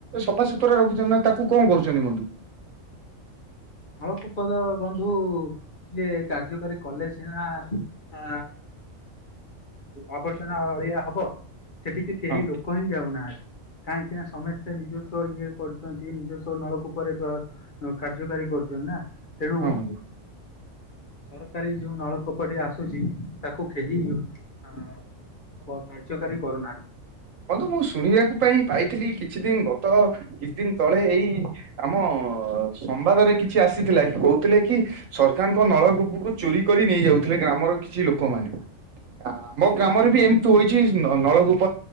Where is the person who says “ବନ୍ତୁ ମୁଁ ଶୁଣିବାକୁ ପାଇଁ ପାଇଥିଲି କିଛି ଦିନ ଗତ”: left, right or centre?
Right